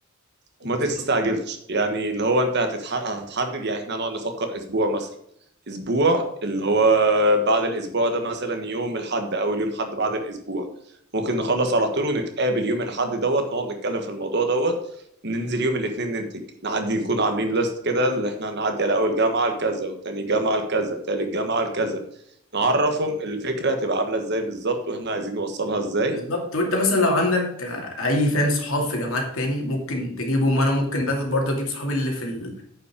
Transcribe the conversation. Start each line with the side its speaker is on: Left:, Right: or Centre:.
Right: وما
Left: بالظبط
Right: تستعجلش يعني اللي هو انت هتتح... هتحدد يعني احنا هنقعد نفكر اسبوع مثلا اسبوع اللي هو بعد الاسبوع ده مثلا يوم الحد اول يوم حد بعد الاسبوع ممكن نخلص على طول ونتقابل يوم الحد دوت نقعد نتكلم في الموضوع دوت ننزل يوم الاثنين ننتج نعدي نكون عاملين ليست كده اللي احنا هنعدي على اول جامعة لكذا وتاني جامعة لكذا تالت جامعة لكذا نعرفهم الفكرة هتبقى عاملة ازاي بالظبط واحنا عايزين نوصلها ازاي
Left: بالظبط وانت مثلا لو عندك آه، اي فاهم صحاب في جامعات تاني ممكن تجيبهم وانا ممكن بس برضه اجيب صحابي اللي في ال...